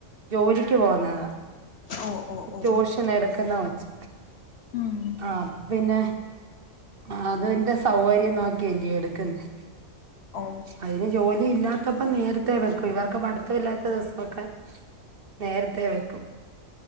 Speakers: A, on the right (about 50°); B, on the left (about 60°).
A: ജോലിക്ക് പോവുന്നതാ
B: ഓ ഓ ഓ
A: ട്യൂഷനെടുക്കുന്ന കൊച്ച്
B: ഉം
A: ആഹ് പിന്നെ ആഹ് അതിന്റെ സൗകര്യം നോക്കിയല്ലേ എടുക്കുന്നേ
B: ഓ
A: അയ്ന് ജോലി ഇല്ലാ ത്തപ്പം നേരത്തേ വെക്കും ഇവർക്ക് പഠിത്തം ഇല്ലാത്ത ദിവസവൊക്കെ നേരത്തേ വെക്കും